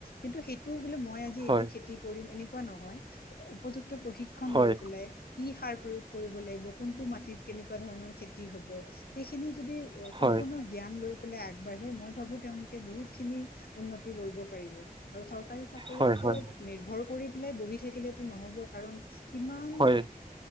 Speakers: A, on the left; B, on the right.
A: কিন্তু সেইটো বো মই আজি
B: হয়
A: এইটো খেতি কৰিম এনেকুৱা নহয় উপযুক্ত প্ৰশিক্ষণ
B: হয়
A: লৈ পেলাই কি সাৰ প্ৰয়োগ কৰিব লাগিব কোনটো মাটিত কেনেকুৱা ধৰণৰ খেতি হ'ব সেইখিনি সম্পূৰ্ণ
B: হয়
A: জ্ঞান লৈ পেলাই বাঢ়ে মই ভাবো তেওঁলোকে বহুত খিনি উন্নতি কৰিব পাৰিব আৰু চৰকাৰী চাকৰিৰ
B: হয়
A: ওপৰত
B: হয় হয়
A: নিৰ্ভৰ কৰি পেলাই বহি থাকিলেতো নহ'ব কাৰণ কিমান
B: হয়